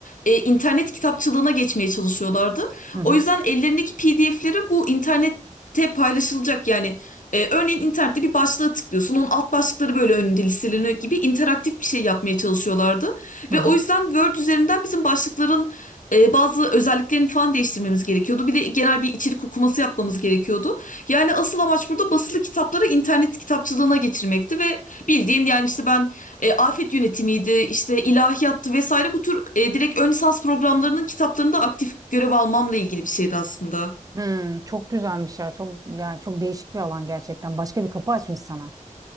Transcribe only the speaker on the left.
e, internet kitapçılığına geçmeye çalışıyorlardı.
O yüzden ellerindeki PDF'leri bu internette paylaşılacak yani. E, örneğin internette bir başlığa tıklıyorsun, onun alt başlıkları böyle önünde listeleniyor gibi interaktif bir şey yapmaya çalışıyorlardı.
Ve
o yüzden Word üzerinden bizim başlıkların e, bazı özelliklerini falan değiştirmemiz gerekiyordu. Bir de genel bir içerik okuması yapmamız gerekiyordu. Yani asıl amaç burada basılı kitapları internet kitapçılığına geçirmekti ve bildiğin yani işte ben e, afet yönetimiydi, işte ilahiyattı vesaire bu tür e, direkt ön lisans programlarının kitaplarında aktif görev almamla ilgili bir şeydi aslında.